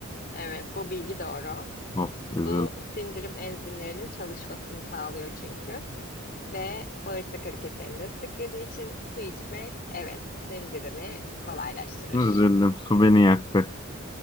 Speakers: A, on the left (about 45°); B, on the left (about 20°).
A: Evet, bu bilgi doğru.
B: Of, üzüldüm.
A: Su sindirim enzimlerinin çalışmasını sağlıyor çünkü. Ve bağırsak hareketlerini desteklediği için su içmek, evet, sindirimi kolaylaştırır.
B: Üzüldüm. Su beni yaktı.